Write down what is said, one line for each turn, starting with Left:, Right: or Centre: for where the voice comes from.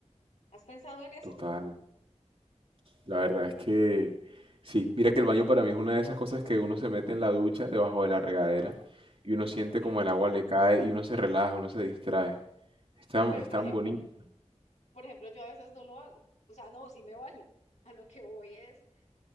Left: ¿Has pensado en eso?
Right: Total. La verdad es que sí, mira que el baño para mí es una de esas cosas que uno se mete en la ducha debajo de la regadera y uno siente
Left: Ok.
Right: como el agua le cae y uno se relaja, uno se distrae. Es tan,
Left: Pero
Right: es
Left: por
Right: tan
Left: ejemplo,
Right: bonito.
Left: por ejemplo, yo a veces no lo hago. O sea, no, sí me baño. A lo que voy es